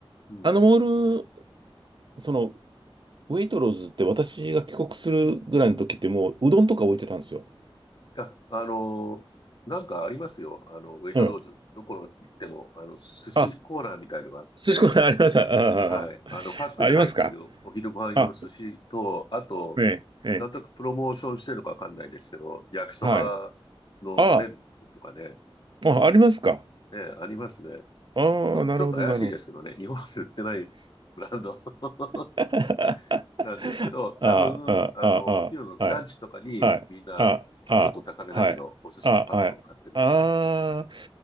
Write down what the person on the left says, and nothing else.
うん。
うん。あ、あのなんかありますよ。あの、ウェイトローズ。
どこの行っても、あの、寿司コーナーみたいのがあって、
はい。あの、パックに入ってるお昼ご飯用の寿司と、
あと、
なんとなくプロモーションしてるのかわかんないですけど、焼きそばの麺とかね、
ね、ありますね。
ちょ、ちょっと怪しいですけどね。
日本で売ってないブランド。<laughs>
なんですけど、
多分、
あの、
お昼のランチとかにみんな、
ちょっと高めだけど、
お寿司のパックを買ってるんだと思います。